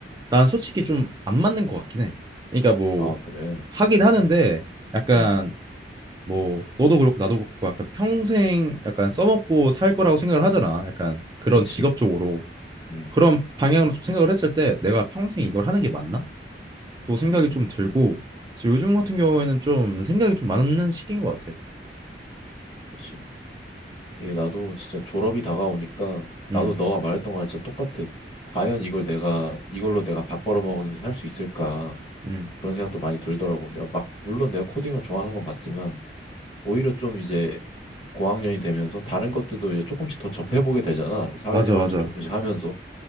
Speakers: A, on the right; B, on the left.
A: 난 솔직히 좀 안 맞는 것 같긴 해. 그러니까 뭐
B: 아, 그래.
A: 하긴 하는데 약간
B: 음,
A: 뭐 너도 그렇고 나도 그렇고 약간 평생 약간 써먹고 살 거라고 생각을 하잖아. 약간 그런
B: 그치.
A: 직업적으로
B: 음,
A: 그런 방향으로 좀 생각을 했을 때 내가 평생 이걸 하는 게 맞나? 또 생각이
B: 음,
A: 좀 들고
B: 음.
A: 그래서 요즘 같은 경우에는 좀 생각이 좀 많은 시기인 것 같아.
B: 그치. 이게 나도 진짜 졸업이 다가오니까
A: 음,
B: 나도 너가 말했던 거랑 진짜 똑같아. 과연 이걸 내가 이걸로 내가 밥 벌어 먹으면서 살 수 있을까?
A: 음,
B: 그런 생각도 많이 들더라고. 내가 막 물론 내가 코딩을 좋아하는 건 맞지만 오히려 좀 이제 고학년이 되면서 다른 것들도 이제 조금씩 더 접해보게 되잖아. 사회생활도
A: 맞아, 맞아,
B: 조금씩 하면서